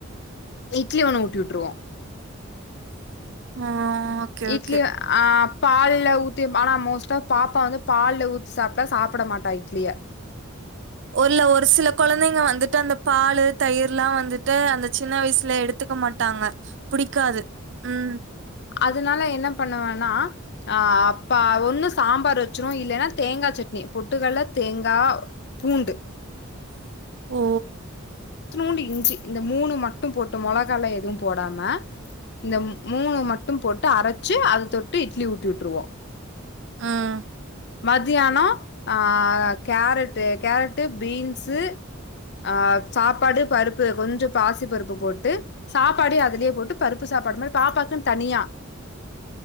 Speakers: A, on the left (about 55°); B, on the right (about 60°).
A: இட்லி ஒன்னு ஊட்டி உட்டுருவோ
B: ஆ ஓகே,
A: இட்லி
B: ஓகே.
A: ஆ பால்ல ஊத்தி ஆனா மோஸ்ட்டா பாப்பா வந்து பால்ல ஊத்தி சாப்ட்டா சாப்பிட மாட்டா இட்லிய
B: ஒருல்ல ஒரு சில கொழந்தைங்க வந்துட்டு அந்த பாலு தயிர்ல்லா வந்துட்டு அந்த சின்ன வயசுல எடுத்துக்க மாட்டாங்க புடிக்காது ம்
A: அதுனால என்ன பண்ணுவனா ஆ அப்பா ஒன்னு சாம்பார் வெச்சிருவோ இல்லைன்னா தேங்கா சட்னி பொட்டுக்கல்ல தேங்கா பூண்டு
B: ஓ
A: இத்நூண்டு இஞ்சி இந்த மூணு மட்டு போட்டு மொளகால எது போடாம இந்த மூணு மட்டு போட்டு அரச்சு அத தொட்டு இட்லி ஊட்டி உட்ருவோ
B: ம்.
A: மதியானோ ஆ கேரட்டு கேரட்டு பீன்ஸு ஆஹ் சாப்பாடு பருப்பு கொஞ்ச பாசி பருப்பு போட்டு சாப்பாடு அதுலயே போட்டு பருப்பு சாப்பாடு மாரி பாப்பாக்குன் தனியா